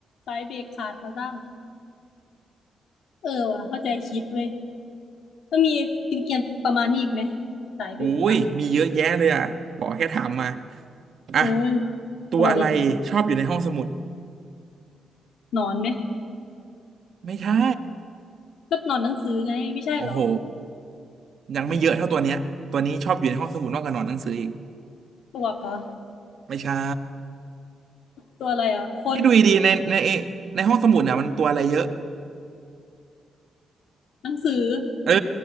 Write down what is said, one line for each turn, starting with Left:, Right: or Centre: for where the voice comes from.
Left: สายเบรกขาดมาสั้นเออว่ะเข้าใจคิดเว้ยมันมีกินเกียนๆประมาณนี้อีกไหมสายเบรกขาด
Right: อุ้ยมีเยอะแยะเลยอ่ะขอแค่ถามมาอ่ะ
Left: เออ
Right: ตัวอะไรชอบอยู่ในห้องสมุด
Left: เอามาเลยหนอนไหม
Right: ไม่ใช่
Left: ก็หนอนหนังสือไงไม่ใช่เหรอ
Right: โอ้โหยังไม่เยอะเท่าตัวเนี้ยตัวนี้ชอบอยู่ในห้องสมุดมากกว่านอนหนังสืออีก
Left: ปลวกเหรอ
Right: ไม่ใช่
Left: ตัวอะไรอ่ะคน
Right: ที่ดูดีๆในในในห้องสมุดเนี่ยมันตัวอะไรเยอะ
Left: หนังสือ
Right: เออ